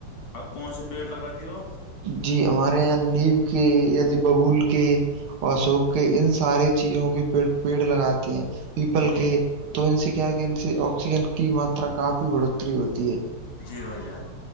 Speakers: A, on the left; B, on the right.
A: اپ کون سےا پیڑ لگاتی ہو
B: جی ہمارے یہاں نیم کے یا ج ببول کے اور سوک کے ان سارے چیزوں کے پڑ پیڑ لگاتے ہیں پیپل
A: جی
B: کے تو ان سے کیا ہے کہ ان سے آکسیجن کی ماترا کافی بڑھوتری ہوتی ہے
A: جی بھائی جان